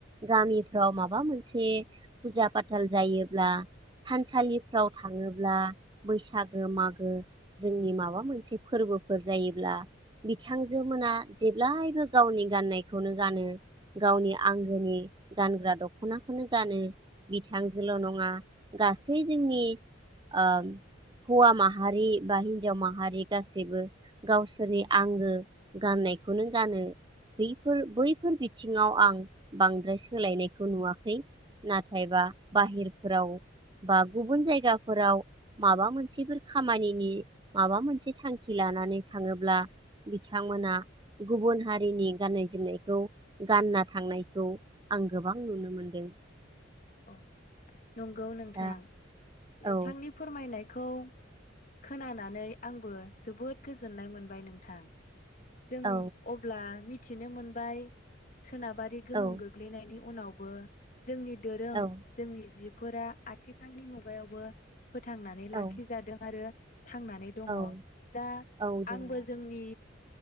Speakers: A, on the right (about 25°); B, on the left (about 45°).
A: गामिफ्राव माबा मोनसे फुजा फाथाल जायो ब्ला थानसालिफ्राव थाङोब्ला बैसागो मागो जोंनि माबा मोनसे फोरबोफोर जायोब्ला बिथांजो मोना जेब्लायबो गावनि गाननायखौनो गानो गावनि आंगोनि गानग्रा दख'नाखौनो गानो बिथांजोल' नङा गासै जोंनि ओ हौवा माहारि बा हिनजाव माहारि गासैबो गावसोर सोरनि आंगो गाननायखौनो गानो बफोर बैफोर बिथिङाव आं बांद्राय सोलायनायखौ नुवाखै नाथायबा बाहेरफोराव बा गुबुन जायगाफोराव माबा मोनसेफोर खामानिनि माबा मोनसे थांखि लानानै थाङोब ब्ला बिथांमोना गुबुन हारिनि गाननाय जोमनायखौ गानना थांनायखौ आं गोबां नुनो मोनदों।
B: औ। नंगौ नोंथां।
A: दा
B: नोंथांनि
A: औ
B: फोरमायनाय खौ खोनानानै आंबो जोबोद गोजोननाय मोनबाय नोंथां। जों
A: औ
B: अब्ला मि थिनो मोनबाय सोनाबारि गोहोम
A: औ
B: गोग्लैनायनि उनावबो जोंनि दोरों
A: औ
B: जोंनि जिब फोरा आथिखालनि मुगायावबो फोथांनानै
A: औ
B: लाखिजादों आरो थांनानै दङ।
A: औ
B: दा
A: औ दङ
B: आंबो जोंनि